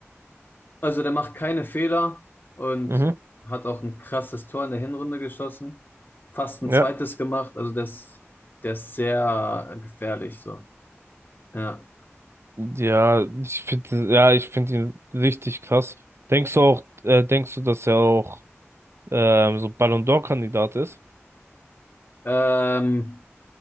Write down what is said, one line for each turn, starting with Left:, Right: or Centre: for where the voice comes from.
Left: Also der macht keine Fehler und
Right: mhm,
Left: hat auch ein krasses Tor in der Hinrunde geschossen, fast ein
Right: ja.
Left: zweites gemacht. Also der ist, der ist sehr äh, gefährlich so. Ja.
Right: Ja, ich finde, ja, ich finde ihn richtig krass. Denkst du auch, äh, denkst du, dass er auch ähm, so Ballon d'Or-Kandidat ist?
Left: Ähm,